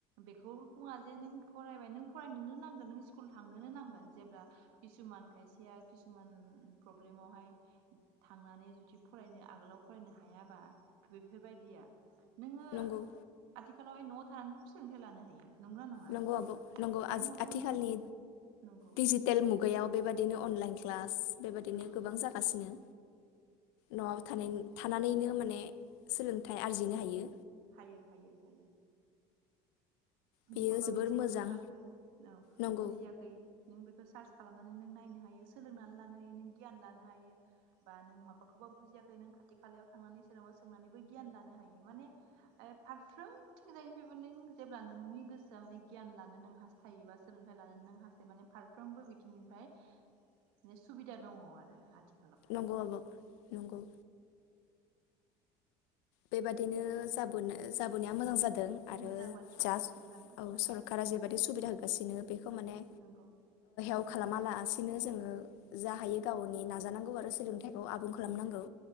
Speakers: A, on the right (about 85°); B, on the left (about 90°).
A: बेखौ बुङा जे नों फरायबाय नों फरायनोनो नांगोन नों स्कुल थांनोनो नांगोन जेब्ला किसुमान खायसेया किसुमान प्रब्लेमावहाय थांनानै जुदि फरायनो आगोलाव फरायनो हायाबा बेफोरबायदिया नोङो
B: नंगौ
A: आथिखालावहाय न' थानानैबो सोलोंथाइ लानो हायो। नंगौना नङा
B: नंगौ आब' नंगौ
A: नों
B: आजि
A: माबा
B: आथिखालनि
A: मोनसे नंगौ
B: डिजीटेल मुग गायाव बेबायदिनो अनलाइन क्लास बेबादिनो
A: नंगौ
B: गोबां जागासिनो। न'आवबो थानायनि थानानैनो माने सोलोंथाइ
A: नोंगौ
B: आरजिनो हायो
A: हायो हायो हायो।
B: बियो
A: नों माबा
B: जोबोर
A: मोनसेखौ
B: मोजां
A: रोङाखै औ
B: नंगौ
A: बुजियाखै नों बे सार्च खालामनानै नों नायनो हायो सोलोंनानै लानो हायो नों गियान लानो हायो बा नों माबाखौबा बुजियाखै नों खाथि खालायाव थांनानै सोरनावबा सोंनानैबो गियान लानो हायो माने ओ फारफ्रोमथिंजायनिफ्रायबो नों जेब्ला नों नोंनि गोसोआ माने गियान लानो नों हास्थायोबा सोलोंथाइ लानो नों हास्थायो माने फारफ्रामबो बिथिंनिफ्राय बे सुबिदा दङ आरो आथि
B: नंगौ आब' नंगौ। बेबादिनो जाबोनो जाबोनाया मोजां जा दों आरो
A: मोजां बाथ्रा
B: जास्ट
A: मोजां बाथ्रा
B: औ सरकारा जे
A: नंगौ
B: <inaudible> <inaudible> खालामालासिनो जोङो जा हायो गावनि नाजानांगौ आरो सोलोंथाइखौ आबुं खालामनांगौ।